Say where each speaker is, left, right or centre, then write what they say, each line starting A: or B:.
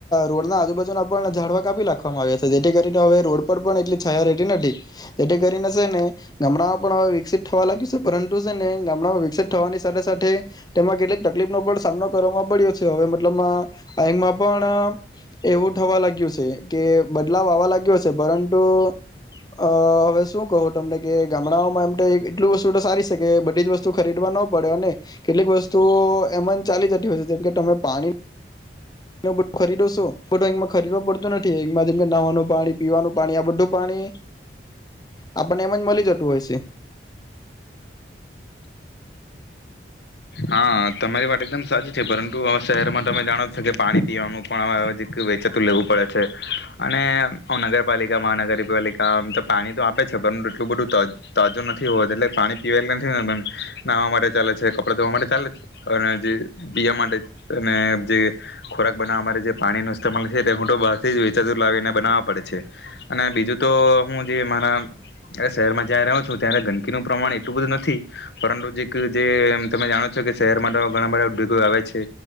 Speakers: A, on the left (about 20°); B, on the left (about 65°).
A: રોડના આજુબાજુના પણ ઝાડવા કાપી નાખવામાં આવ્યા છે જેથી કરીને હવે રોડ પર પણ એટલી છાયા રહેતી નથી, તેથી કરીને સે ને ગામડામાં પણ હ વિકસિત થવા લાગ્યું છે પરંતુ છે ને ગામડામાં વિકસિત થવાની સાથે સાથે તેમાં કેટલીક તકલીફ નો પણ સામનો કરવામાં પડ્યો છે, હવે એમાં પણ એવું થવા લાગ્યું છે કે બદલાવ આવવા લાગ્યો છે પરંતુ અહ હવે શું કહો તમને કે ગામડાઓમાં એમ થાય કેટલું વસ્તુ તો સારી છે કે બધી જ વસ્તુ ખરીદવા ન પડે અને કેટલીક વસ્તુઓ એમ જ ચાલી જતી હોય છે, જેમ કે તમે પાણી એ બ ખરીદો છો બ અમાં ખરીદવો પડતું નથી એમાં જેમ કે નાહવાનું પાણી પીવાનું પાણી આ બધું પાણી આપણને એમ જ મળી જતું હોય છે.
B: હા તમારી માટેત એકદમ સાચી છે પરંતુ શહેરમાં તમે જાણો છો કે પાણી પીવાનું પણજી વેચાતું લેવું પડે છે અને નગરપાલિકા મહાનગરપાલિકામ તો પાણી તો આપે છે પરંતુ એટલું બધું તાજું નથી હોત એટલે પાણી પીવાટલે નથી નાવા માટે ચાલે છે. આપડ તો અ ચાલે અને જે પીવા માટે અને જે ખોરાક બનાવવા માટે જે પાણી નમાલ છે તે હું તો બહારથી જ વેચાતુર લાવીને બનાવવા પડે છે અને બીજું તો હું જે મારા શહેરમાં જ્યાં રહું છું ત્યાં ગંદકીનુંું પ્રમાણ એટલું બધું નથી પરંતુ જે જે. તમે જાણો છો કે શહેરમાં તો ઘણા બધા ઉદ્યોગો આવે છે